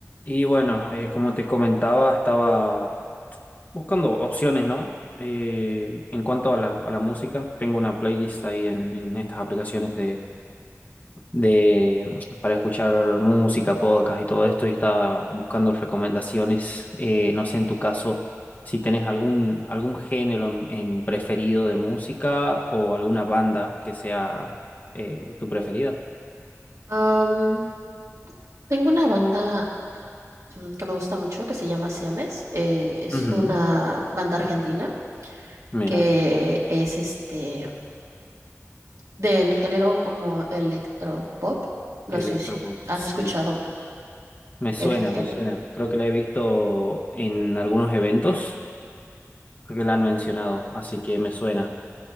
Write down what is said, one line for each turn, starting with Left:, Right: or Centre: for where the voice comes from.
Left: Y bueno, eh, como te comentaba, estaba buscando opciones, ¿no? Eh, en cuanto a la, a la música, tengo una playlist ahí en, en estas aplicaciones de, de para escuchar música, podcast y todo esto, y estaba buscando recomendaciones. Eh, no sé, en tu caso, si tenés algún, algún género en, en preferido de música o alguna banda que sea eh, tu preferida.
Right: Am, tengo una banda mm, que me gusta mucho que se llama Siames. eh, es
Left: Ujú,
Right: una banda argentina
Left: Mira,
Right: que es este del género como electropop. No
Left: electropop,
Right: sé si has
Left: sí.
Right: escuchado
Left: Me suena,
Right: el género.
Left: me suena. Creo que la he visto en algunos eventos. Creo que la han mencionado, así que me suena.